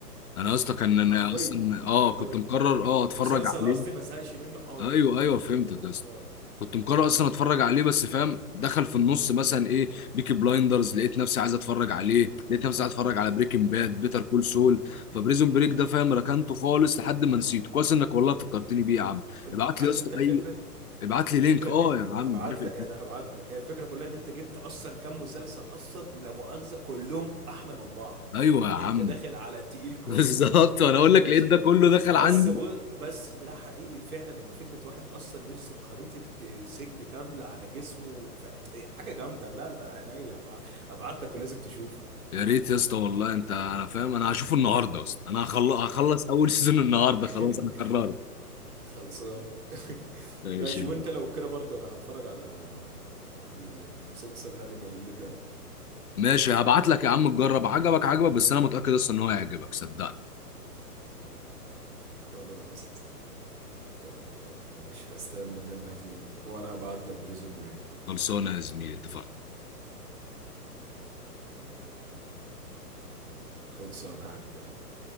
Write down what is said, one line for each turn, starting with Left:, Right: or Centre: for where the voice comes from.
Left: انا يا اسطى كان
Right: حرفيا
Left: انا اصلا اه كنت
Right: او
Left: مقرر اه اتفرج
Right: مسلسل
Left: عليه
Right: قصدي ما زهقش منه حاضر
Left: ايوه ايوه فهمتك يا اسطى
Right: اه
Left: كنت مقرر اصلا اتفرج عليه بس فاهم دخل في النص مثلا ايه بيكي بلايندرز لقيت نفسي عايز اتفرج عليه لقيت نفسي عايز اتفرج على بريكنج باد بيتر كول سول فبريزون بريك ده فاهم ركنته خالص لحد ما نسيته كويس انك والله فكرتني بيه يا عم
Right: أنت-
Left: ابعت
Right: عارف
Left: لي يا اسطى
Right: انت الفكره
Left: اي ابعت
Right: الفكره
Left: لي لينك اه
Right: ان انت
Left: يا
Right: هبعت
Left: عم عارف الفيلم.
Right: لك انا هبعت لك هي الفكره كلها ان انت جبت اصلا كام مسلسل اصلا لا مؤاخذه كلهم احلى من بعض
Left: <laughs> ايوه يا عم
Right: انت داخل على التقيل
Left: <laughs>
Right: كله
Left: بالظبط وانا اقول لك
Right: ماشي
Left: لقيت ده كله دخل
Right: بس
Left: عندي
Right: بو بس ده حقيقي فعلا ان فكره واحد اصلا يرسم خريطه آه، سجن كامله على جسمه ف... إيه، حاجه جامده لا لا عينيا هبعت لك ولازم تشوفه
Left: يا ريت يا اسطى والله انت انا فاهم انا هشوفه النهارده اصلا انا هخل- هخلص اول <laughs> سيزون النهارده
Right: <laughs>
Left: خلاص انا قررت
Right: خلصان <laughs>
Left: ماشي
Right: ماشي وانت لو كده برضه انا هتفرج على المسلسل هانيبال اللي انت
Left: ماشي هبعت لك يا عم تجرب عجبك عجبك بس انا متاكد اصلا ان هو هيعجبك صدقني
Right: خلاص تمام ماشي هستنى منك لينك وانا هبعت لك بريزون بري
Left: خلصانه يا زميلي اتفقنا
Right: خلصانه يا حبيب قلبي